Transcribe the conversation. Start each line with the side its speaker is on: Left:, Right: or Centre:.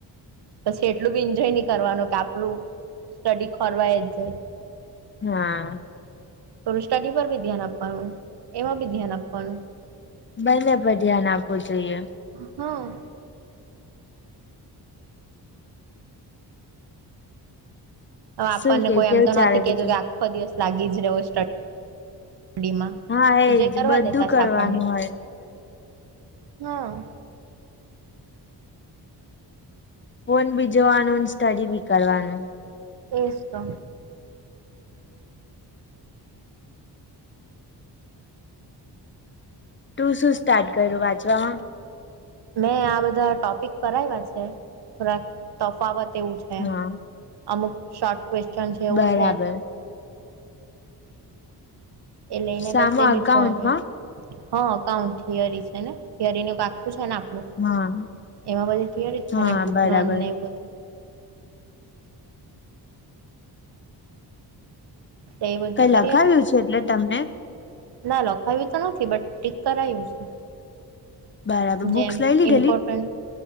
Right: પછી એટલું બી એન્જોય નહીં કરવાનું કે આપણું સ્ટડી ખોરવાઈ જાય.
Left: હા.
Right: થોડું સ્ટડી પર બી ધ્યાન આપવાનું, એમાં બી ધ્યાન આપવાનું.
Left: બંને પર ધ્યાન આપવું જોઈએ.
Right: હા. હવે આપણને
Left: શું કે
Right: કોઈ
Left: કેવું
Right: એમ તો નથી
Left: ચાલે
Right: કેતું
Left: બીજું
Right: કે, આખો દિવસ લાગી જ રહો. ડીમાં
Left: હા એજ
Right: એન્જોય કરવા
Left: બધું
Right: દેતા
Left: કરવાનું
Right: સા આપણને.
Left: હોય
Right: હા.
Left: ફોન બી જોવાનું, સ્ટડી બી કરવાનું.
Right: એ જ તો.
Left: તું શું સ્ટાર્ટ કરે વાંચવામાં?
Right: મેં આ બધા ટોપિક કરાવ્યા છે. થોડાક તફાવત એવું છે.
Left: હા
Right: અમુક શોર્ટ ક્વેશ્ચન છે એવું
Left: બરાબર
Right: છે. એ લઈને
Left: સામા
Right: બેસેલી
Left: અકાઉન્ટમાં
Right: છું હ. હા, અકાઉન્ટ થિયરી છે ને. થિયરી ન આખું છે ને, આપું.
Left: હા
Right: એમાં બધી તય છે
Left: હા
Right: ને, ટૂંક
Left: બરાબર
Right: ને અને બધું એલે એ બધું
Left: કઈ
Right: કરીએ.
Left: લખાવ્યું છે એટલે તમને
Right: ના, લખાવ્યું તો નથી, બટ ટીક કરાયું છે.
Left: બરાબર
Right: જેમ
Left: બુક્સ લઈ લીધેલી
Right: ઇમ્પોર્ટન્ટ.